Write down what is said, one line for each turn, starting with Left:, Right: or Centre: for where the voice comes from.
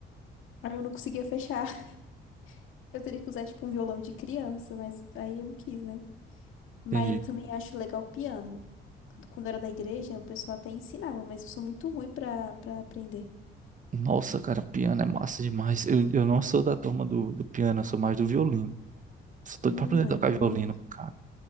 Left: Aí eu não conseguia fechar. <laughs> Eu teria que usar, tipo, um violão de criança, mas aí eu não quis, né? Mas
Right: entendi.
Left: eu também acho legal piano. Quando era da igreja, o pessoal até ensinava, mas eu sou muito ruim pra para aprender.
Right: Nossa, cara, piano é massa demais. Eu, eu não sou da turma do, do piano, eu sou mais do violino. Sou doido
Left: Hum,
Right: pra aprender a
Left: é
Right: tocar
Left: bonito,
Right: violino, cara.